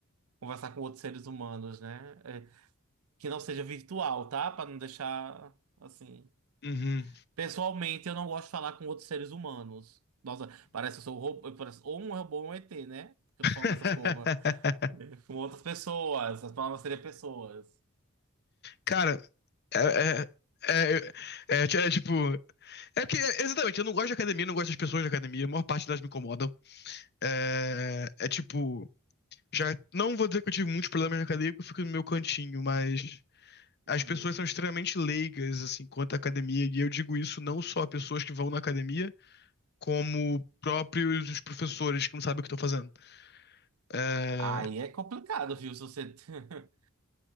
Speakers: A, on the right; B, on the left.
A: conversar com outros seres humanos, né? É, que não seja virtual, tá? Pra não deixar assim.
B: Uhum.
A: Pessoalmente, eu não gosto de falar com outros seres humanos. Nossa, parece que eu sou um robô, parece, ou um robô ou um ET, né? Porque
B: <laughs>
A: eu tô falando dessa forma. <laughs> Com outras pessoas, as palavras seriam pessoas.
B: Cara, é, é, é, é, é, é, tipo. É porque, é, exatamente, eu não gosto de academia, não gosto das pessoas da academia, a maior parte delas me incomodam. É, é tipo. Já não vou dizer que eu tive muitos problemas na academia, porque eu fico no meu cantinho, mas as
A: Uhum.
B: pessoas são extremamente leigas, assim, quanto à academia, e eu digo isso não só a pessoas que vão na academia, como próprios os professores que não sabem o que estão fazendo. É,
A: Aí é complicado, viu? Se você, <laughs>